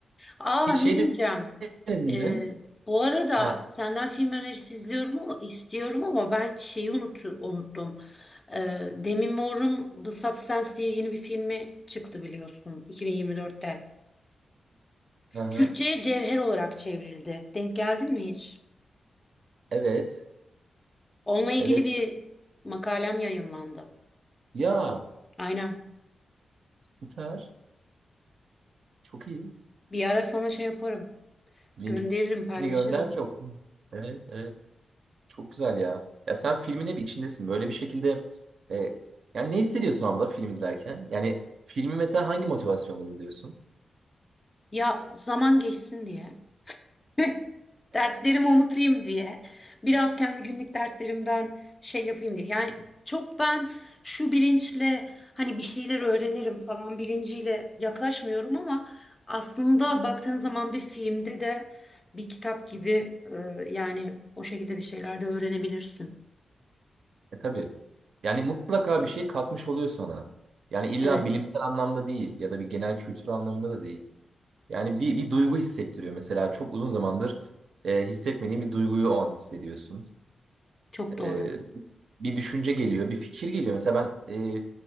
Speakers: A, on the left; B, on the right.
A: Aa
B: Hiç
A: ne
B: şey
A: diyeceğim?
B: de- denedin mi?
A: E, bu arada
B: Ha.
A: senden film önerisi izliyorum ama istiyorum ama ben şeyi unuttu, unuttum. E, Demi Moore'un The Substance diye yeni bir filmi çıktı biliyorsun 2024'te.
B: Hı hı.
A: Türkçe'ye cevher olarak çevrildi. Denk geldin mi hiç?
B: Evet.
A: Onunla ilgili
B: Evet.
A: bir makalem yayınlandı.
B: Ya
A: Aynen.
B: süper. Çok iyi.
A: Bir ara sana şey yaparım.
B: Linkini
A: Gönderirim, paylaşırım.
B: gönder ki okuyayım. Evet, evet. Çok güzel ya. Ya sen filmin hep içindesin. Böyle bir şekilde e, yani ne hissediyorsun abla film izlerken? Yani filmi mesela hangi motivasyonla izliyorsun?
A: Ya zaman geçsin diye. <laughs> Dertlerimi unutayım diye. Biraz kendi günlük dertlerimden şey yapayım diye. Yani çok ben şu bilinçle hani bir şeyler öğrenirim falan bilinciyle yaklaşmıyorum ama aslında baktığın zaman bir filmde de bir kitap gibi e, yani o şekilde bir şeyler de öğrenebilirsin.
B: E tabii. Yani mutlaka bir şey katmış oluyor sana. Yani illa
A: Evet,
B: bilimsel anlamda değil ya da bir genel kültür anlamında da değil. Yani bir, bir duygu hissettiriyor. Mesela çok uzun zamandır e, hissetmediğin bir duyguyu o an hissediyorsun
A: çok doğru.
B: e, bir düşünce geliyor, bir fikir geliyor. Mesela ben e,